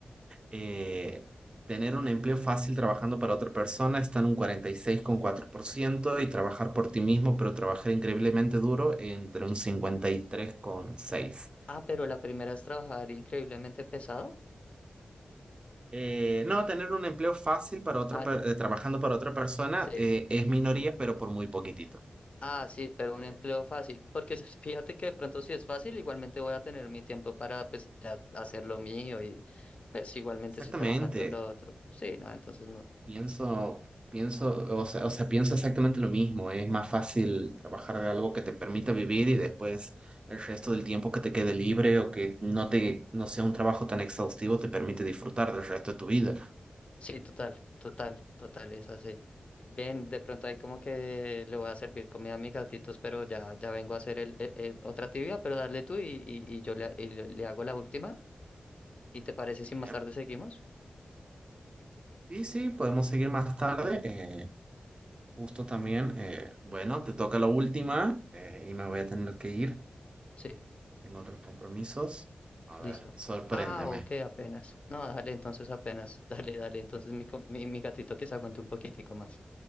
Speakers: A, on the right; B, on the left.
A: Eh, tener un empleo fácil trabajando para otra persona está en un cuarenta y seis coma cuatro por ciento y trabajar por ti mismo, pero trabajar increíblemente duro entre un 53,6%.
B: Ah, pero la primera es trabajar increíblemente pesado.
A: Eh, no, tener un empleo fácil para otra,
B: Ah,
A: per-
B: ya.
A: eh, trabajando para otra persona
B: Sí.
A: eh, es minoría, pero por muy poquitito.
B: Ah, sí, pero un
A: Eh,
B: empleo fácil. Porque <laughs> s- fíjate que de pronto si es fácil, igualmente voy a tener mi tiempo para pues, ya hacer lo mío y pues igualmente
A: exactamente,
B: estoy trabajando en lo otro. Sí, no, entonces no.
A: pienso, pienso, o sea, o sea, pienso exactamente lo mismo. Es más fácil trabajar de algo que te permita vivir y después el resto del tiempo que te quede libre o que no te, no sea un trabajo tan exhaustivo te permite disfrutar del resto de tu vida.
B: Sí, total, total, total, es así. Ven, de pronto ahí como que le voy a servir comida a mis gatitos, pero ya, ya vengo a hacer el, el- el- otra actividad, pero dale tú y, y, y yo le, y le le hago la última. ¿Y te parece
A: Bien.
B: si más tarde seguimos?
A: Sí, sí, podemos seguir más tarde. Eh, justo también, eh, bueno, te toca la última eh, y me voy a tener que ir.
B: Sí,
A: Tengo otros compromisos. A
B: listo.
A: ver, sorpréndeme.
B: Ah, ok, apenas. No, dale, entonces apenas. <laughs> Dale, dale, entonces mi, co- mi, mi gatito que se aguante un poquitico más.